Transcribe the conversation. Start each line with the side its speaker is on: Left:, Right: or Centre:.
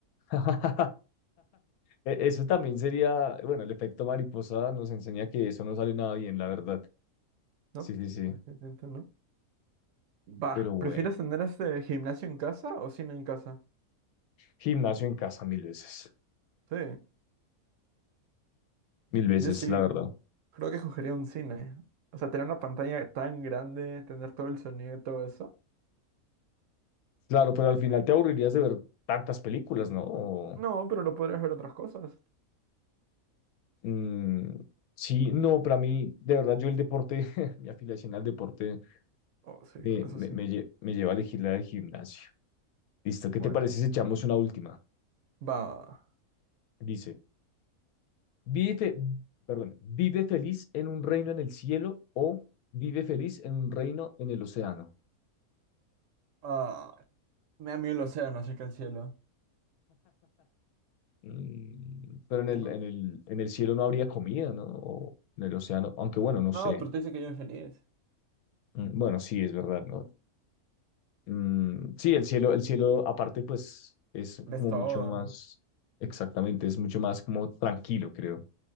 Left: <laughs> E- Eso también sería, bueno, el efecto mariposa nos enseña que eso no sale nada bien, la verdad.
Right: ¿no?
Left: Sí, sí, sí.
Right: Entiendo, ¿no? Va,
Left: Pero bueno,
Right: ¿prefieres tener este gimnasio en casa o cine en casa?
Left: gimnasio en casa mil veces,
Right: Sí,
Left: mil veces,
Right: yo sí,
Left: la verdad.
Right: creo que escogería un cine. O sea, tener una pantalla tan grande, tener todo el sonido y todo eso.
Left: Claro, pero al final te aburrirías de ver tantas películas, ¿no? O,
Right: No, pero lo podrías ver otras cosas.
Left: mm, sí, no, para mí, de verdad, yo el deporte, <laughs> mi afiliación al deporte
Right: Oh, sí, bueno,
Left: eh,
Right: eso
Left: me,
Right: sí.
Left: me, lle- me lleva a elegir la del gimnasio. Listo, ¿qué
Right: Bueno.
Left: te parece si echamos una última?
Right: Va, va, va.
Left: Dice, vive, fe- perdón, vive feliz en un reino en el cielo o vive feliz en un reino en el océano.
Right: Ah, me da miedo el océano, así que el cielo.
Left: Mm, pero en
Right: Tengo...
Left: el, en el, en el cielo no habría comida, ¿no? O en el océano, aunque bueno, no
Right: No,
Left: sé.
Right: pero te dice que yo soy feliz.
Left: Mm, Bueno, sí, es verdad, ¿no? Mm, sí, el cielo, el cielo aparte, pues es
Right: Ves
Left: como
Right: todo.
Left: mucho más, exactamente, es mucho más como tranquilo, creo.